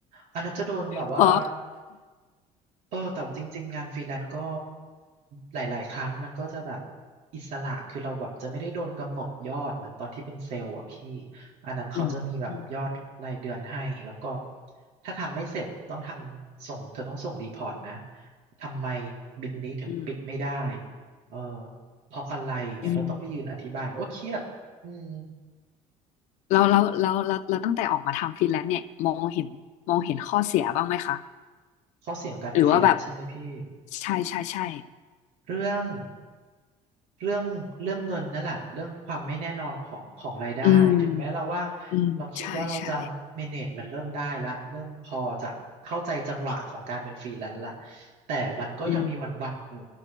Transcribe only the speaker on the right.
อันนั้นจะโดนแบบว่า
เออแต่ว่าจริงๆงานฟรีแลนซ์ก็หลายๆครั้งมันก็จะแบบอิสระคือเราแบบจะไม่ได้โดนกำหนดยอดเหมือนตอนที่เป็นเซลล์อ่ะพี่อันนั้นเขาจะมีแบบยอดรายเดือนให้แล้วก็
ถ้าทำไม่เสร็จต้องทำส่งเธอต้องส่งรีพอร์ตนะทำไมบินนี้ถึงปิดไม่ได้
เออเพราะอะไรอย่างเงี้ยเราต้องไปยืนอธิบายโอ้เครียดอืม
ข้อเสียของการเป็นฟรีแลนซ์ใช่ไหมพี่
เรื่องเรื่องเรื่องเงินนั่นแหละเรื่องความไม่แน่นอนของของรายได้ถึงแม้เราว่า
เราคิดว่าเราจะ manage มันเริ่มได้ละเริ่มพอจะเข้าใจจังหวะของการเป็นฟรีแลนซ์ละแต่มันก็ยังมีวันๆอยู่